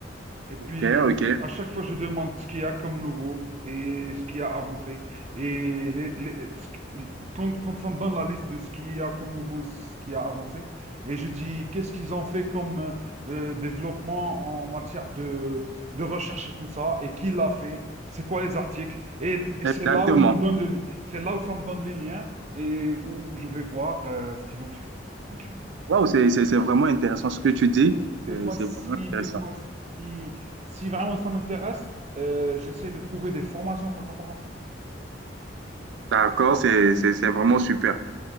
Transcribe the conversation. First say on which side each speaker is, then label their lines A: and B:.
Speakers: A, on the right (about 40°); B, on the right (about 80°).
A: Et puis,
B: Ok, ok.
A: à chaque fois, je demande ce qu'il y a comme nouveau et ce qui a avancé. Et les- les- ce qui- quand, quand ça me donne la liste de ce qu'il y a comme nouveau et ce qui a avancé, et je dis qu'est-ce qu'ils ont fait comme euh, euh, développement en matière de, de recherche et tout ça, et qui l'a fait, c'est quoi les articles. Et, et
B: Exactement.
A: c'est là où ils me donnent le, c'est là où ça me donne les liens et où je vais voir euh, ce qu'ils ont fait, quoi, en résumé.
B: Waouh, c'est c'est- c'est vraiment intéressant ce que tu dis.
A: Des
B: C'est
A: fois,
B: c'est
A: si,
B: vraiment
A: des
B: intéressant.
A: fois, si, si vraiment ça m'intéresse, euh, j'essaie de trouver des formations par rapport à ça.
B: D'accord, c'est c'est- c'est vraiment super.